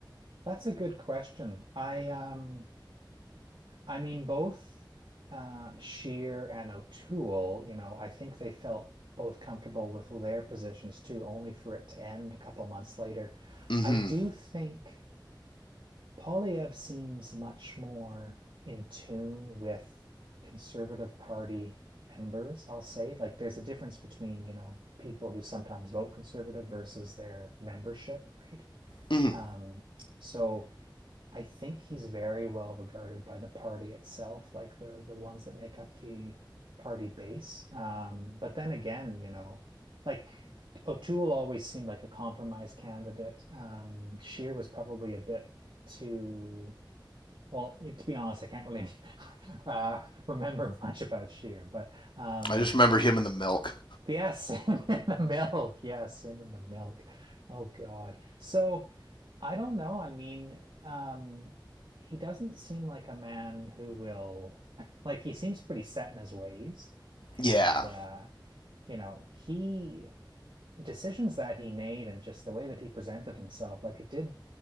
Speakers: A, on the right (about 80°); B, on the left (about 75°).
A: That's a good question. I um I mean both uh Shear and O'Toole, you know, I think they felt both comfortable with their positions too, only for it to end a couple months later.
B: Mm-hmm.
A: I do think Polyev seems much more in tune with Conservative Party members, I'll say. Like there's a difference between, you know, people who sometimes vote Conservative versus their membership, right?
B: Mm-hmm.
A: Um, so I think he's very well regarded by the party itself, like the the ones that make up the party base. Um, but then again, you know, like O'Toole always seemed like a compromise candidate. Um, Scheer was probably a bit too well, to be honest, I can't really <laughs> uh, remember much about Sheer, but um,
B: I just remember him and the milk.
A: yes, <laughs> him in the milk. Yes, him in the milk. Oh God. So I don't know. I mean, um, he doesn't seem like a man who will <laughs> like he seems pretty set in his ways, and
B: Yeah,
A: uh, you know he decisions that he made and just the way that he presented himself, like it did